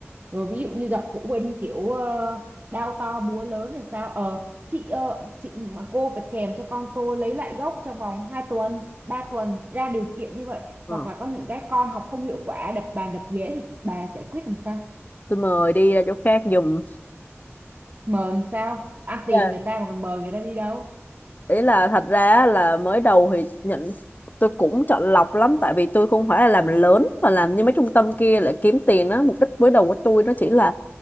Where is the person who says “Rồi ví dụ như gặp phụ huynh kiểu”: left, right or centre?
Right